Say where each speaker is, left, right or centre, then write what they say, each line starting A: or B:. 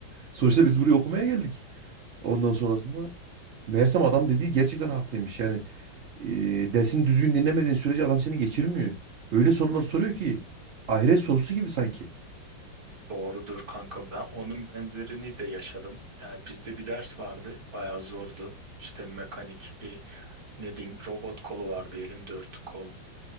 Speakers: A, on the right (about 70°); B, on the right (about 35°).
A: sonuçta biz buraya okumaya geldik. Ondan sonrasında meğersem adam dediği gerçekten haklıymış. Yani e, dersini düzgün dinlemediğin sürece adam seni geçirmiyor. Öyle sorular soruyor ki ahiret sorusu gibi sanki.
B: Doğrudur kanka ben onun benzerini de yaşadım. Yani bizde bir ders vardı bayağı zordu. İşte mekanik bir ne diyeyim robot kolu var diyelim dört kollu.